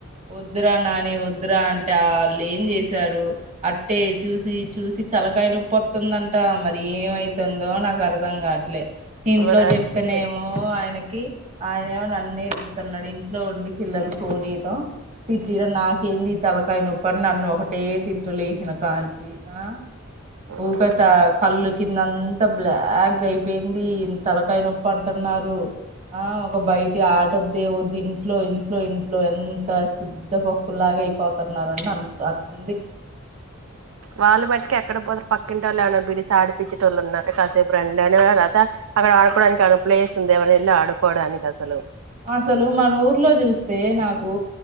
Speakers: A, on the right; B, on the right.
A: వద్దురా నని వద్దు ద్రా ఆ అంటే వాళ్ళే ఏమ్ చేశారు అట్టే చూసి చూసి తలకాయ్ నొప్పోవతుంద అంట్ టా మరి ఏమైతుందో నాకు అర్ధం గాట్లే ఇంట్లో
B: మరి అంతే
A: చెప్తేనేమో కీ ఆయన నన్నే తిడుత అన్నాడు ఇంట్లో ఉండి పిల్లలు కోనీయటమ్ తిట్ ఇడ నాకేంది తలకాయ్ నొప్పు అని నన్ను ఒకటే తూ లేసిన కాంచిి ఆ
B: ఉమ్
A: ఊగాతా కళ్ళు కింద అంత బ్లాగ్ గ్ అయిపోయింది తలకాయ్ నొప్పు అంటున్నారు ఆ ఒక బయటి ఆటొద్ది వద్దు ఇంట్లో ఇంట్లో ఇంట్లో ఎంత శుద్ధ పప్పులాగా అయిపోతున్నార్ అంట అంత అద్ది
B: వాళ్ళు బట్టిక ఎక్కడ పోతే పక్కి ఇంట్లో వాళ్ళు ఏ వరైనా పిలీసీ ఆడిపిచ్చేటోళ్ళు ఉన్నారు కాసేపు రాండి అయినా తత అక్కడ ఆడుక్కొవడానికి ఆ ప్లేస్ ఉంది ఎవరో ఎళ్ళి ఆడుక్కోవడానికి అసలు
A: అసలు మన ఊర్లో చూస్ వస్తే నాకు